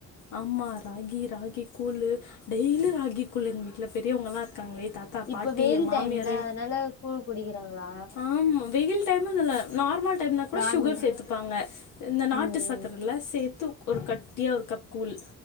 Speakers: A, on the left; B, on the left.
A: ஆமா ராகி ராகி கூழு டெய்லி ராகி கூழு எங்க வீட்ல பெரியவங்க எல்லா இரு க்காங்கள தாத்தா
B: இப்ப
A: பாட்டி
B: வெயில்
A: எ மாமியாரு
B: டைம்ல அதனால கூழ் குடிக்கிறாங்களா
A: ஆமா வெயில் டைமினு இல்ல நார்மல் டைம்ல கூட
B: நார்மல்
A: சுகர்
B: டை
A: சேர்த்துப்பாங்க இந்த நாட்டு
B: ம்
A: சர்க்கரை
B: ம்
A: எல்லாம் சேர்த்து ஒரு கட்டியா ஒரு கப் கூழ்